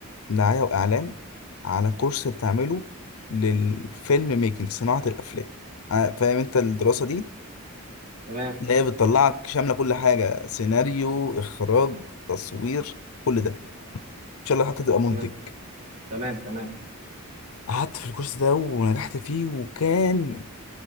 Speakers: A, on the left; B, on the right.
A: دعاية وإعلان على كورس بتعمله للفيلم ميكنج صناعة الأفلام ع- فاهم أنت الدراسة دي
B: تمام
A: اللي هي بتطلعك شاملة كل حاجة سيناريو إخراج تصوير كل ده إن شاء الله حتى تبقى منتج
B: تمام تمام تمام
A: قعدت في الكورس ده ونجحت فيه وكان